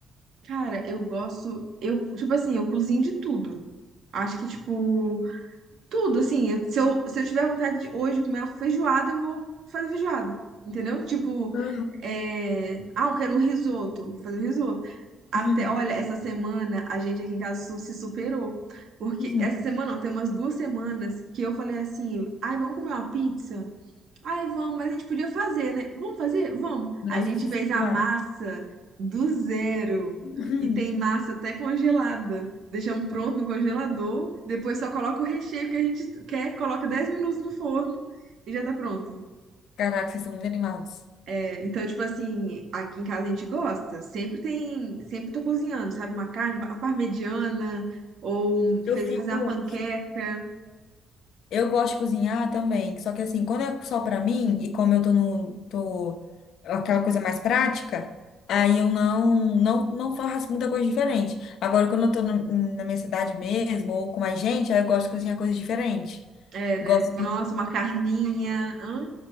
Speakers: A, on the right (about 65°); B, on the left (about 75°).
A: Cara, eu gosto. Eu, tipo assim, eu cozinho de tudo. Acho que, tipo, tudo, assim. eu- se eu, se eu tiver vontade de hoje comer uma feijoada, eu vou fazer feijoada. Entendeu? Tipo,
B: Hum. aí? Uhum,
A: é... ah, eu quero um risoto. Vou fazer um risoto. Até,
B: uhum.
A: olha, essa semana a gente aqui em casa su- se superou. Porque
B: Uhum.
A: essa semana, não, tem umas duas semanas que eu falei assim, ai, vamos comer uma pizza? Ai, vamos, mas a gente podia fazer, né? Vamos fazer? Vamos.
B: <laughs> Nossa,
A: A gente
B: vocês
A: fez
B: são
A: a massa
B: animados. <laughs>
A: do zero.
B: Uhum.
A: E tem massa até congelada. Deixamos pronto no congelador. Depois só coloca o recheio que a gente quer, coloca 10 minutos no forno e já tá pronto.
B: Caraca, vocês são muito animados.
A: É, então, tipo assim, aqui em casa a gente gosta. Sempre tem. Sempre tô cozinhando, sabe? Uma carne, uma parmegiana. Ou um- fez,
B: Eu fico.
A: fazer uma panqueca.
B: Eu gosto de cozinhar também, só que assim, quando é só pra mim e como eu tô no tô aquela coisa mais prática, aí eu não não não faço muita coisa diferente. Agora quando eu tô na, na minha cidade mesmo ou com mais gente, aí eu gosto de cozinhar coisas diferentes.
A: É, né?
B: Gosto
A: Nossa,
B: de,
A: uma carninha. Hã?